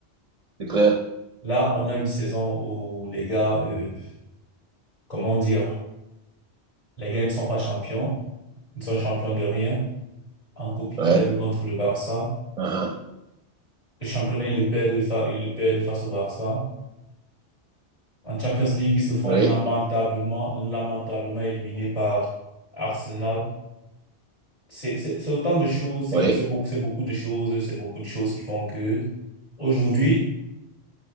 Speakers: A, on the right (about 40°); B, on the left (about 40°).
A: c'est clair.
B: Là, on a une saison où les gars, euh, comment dire, les gars ils ne sont pas champions, ils ne sont champions de rien. En coupe, ils
A: Ouais,
B: perdent contre le Barça.
A: uh-huh.
B: Le championnat, ils le perdent, fa- ils le perdent face au Barça. En Champions League, ils se font
A: oui,
B: lamentablement, lamentablement éliminés par Arsenal. C'est, c'est, c'est autant de choses, c'est,
A: oui,
B: c'est beaucoup, c'est beaucoup de choses, c'est beaucoup de choses qui font que aujourd'hui,